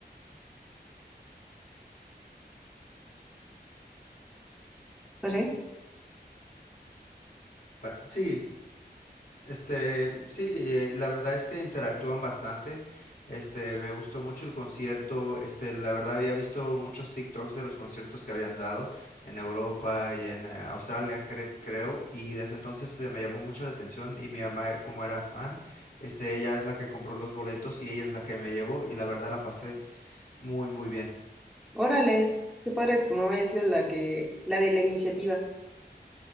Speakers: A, in the centre; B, on the left.
A: José,
B: Bueno, sí, este, sí, eh, la verdad es que interactúan bastante. Este, me gustó mucho el concierto. Este, la verdad había visto muchos TikToks de los conciertos que habían dado en Europa y en eh, Australia, cre- creo, y desde entonces este, me llamó mucho la atención y mi mamá, como era fan, este, ella es la que compró los boletos y ella es la que me llevó y la verdad la pasé Muy, muy bien.
A: órale, qué padre que tu mamá haya sido la que, la de la iniciativa.